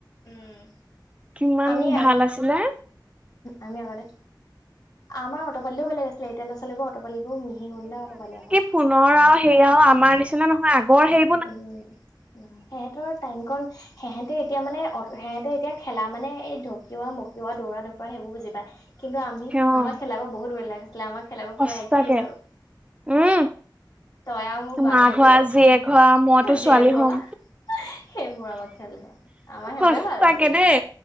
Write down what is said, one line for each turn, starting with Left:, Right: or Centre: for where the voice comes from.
Left: উম
Right: কিমান
Left: আমি আ
Right: ভাল আছিলে
Left: আমি আগতে, আমাৰ অতপালিটোও বেলেগ আছিলে এতিয়া লৰা ছোৱালী পালিবোৰ অটপালিবোৰ মিহি গুন্ডা অতপালি আক।
Right: সোণৰ আৰু সেই আউ আমাৰ নিচিনা নহয় আগৰ সেই
Left: উম উম, সিহঁতৰ টাইম কণ সেহেঁতে এতিয়া মানে অ' সিহঁতে এতিয়া খেলা মানে এই ঢকিওৱা মকিওৱা দৌৰা ঢপৰা সেইবোৰ বুজি পায়। কিন্তু আমি
Right: অ
Left: আমাৰ খেলাবোৰ বহুত বেলেগ আছিলে আমাৰ খেলাবোৰ পুৰা
Right: সঁচাকে
Left: এক্টিং আৰু।
Right: উম
Left: তই আৰু মোৰ
Right: মা
Left: মাঘৱী
Right: ঘৰা জীয়েক ঘৰা মইতো ছোৱালী
Left: যিয়েক হোৱা
Right: হ'ম
Left: সেইবোৰ আমাক খেল, আমাৰ সেইবোৰে
Right: সঁচাকে
Left: ভাল আছিলে
Right: দেই